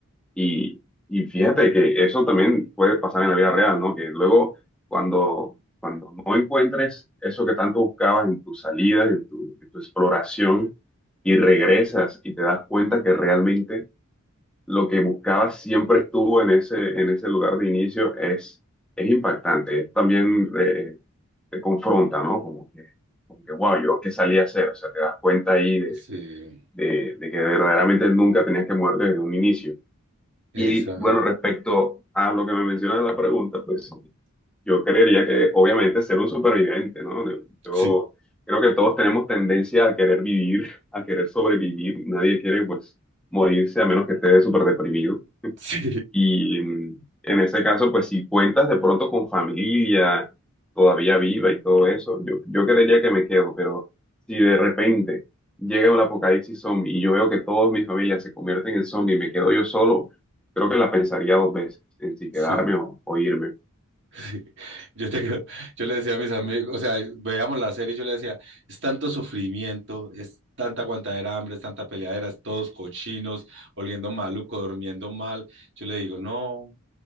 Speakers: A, in the centre; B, on the right.
A: y, y fíjate que eso también puede pasar en la vida real, ¿no? Que luego cuando, cuando no encuentres eso que tanto buscabas en tu salida, en tu, en tu exploración, y regresas y te das cuenta que realmente lo que buscabas siempre estuvo en ese, en ese lugar de inicio, es, es impactante. Es También eh, te confronta, ¿no? Como que, como que, wow, yo qué salí a hacer. O sea, te das cuenta ahí de,
B: Sí,
A: de de que verdaderamente nunca tenías que moverte desde un inicio.
B: esa,
A: Y bueno, respecto a lo que me menciona en la pregunta, pues yo creería que obviamente ser un superviviente, ¿no? Yo
B: sí,
A: creo que todos tenemos tendencia a querer vivir, a querer sobrevivir. Nadie quiere pues morirse a menos que esté súper deprimido.
B: <laughs> sí,
A: Y mm, en ese caso, pues si cuentas de pronto con familia todavía viva y todo eso, yo, yo creería que me quedo, pero si de repente llega un apocalipsis zombie y yo veo que toda mi familia se convierte en zombie y me quedo yo solo, creo que la pensaría dos veces en si
B: sí.
A: quedarme o, o irme.
B: Sí, yo, tengo- yo le decía a mis amigos, o sea, veíamos la serie y yo le decía, es tanto sufrimiento, es tanta aguantadera de hambre, es tanta peleadera, es todos cochinos, oliendo maluco, durmiendo mal. Yo le digo, no,